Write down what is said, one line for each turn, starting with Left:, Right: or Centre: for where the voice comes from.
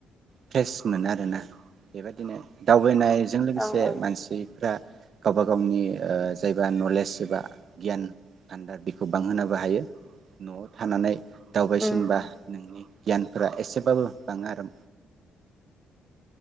Right: फ्रेस मोनो आरोना बेबायदिनो दावबायनाय जों लोगोसे
Centre: ओं ओं
Right: मानसि फोरा गावबा गावनि ओ जायबा नलेज एबा गियान <unintelligible> खौ बांहोनोबो हायो न'आव थानानै दावबायसिनबा
Centre: उम
Right: नोंनि गियानफोरा एसेबाबो बाङो आरो।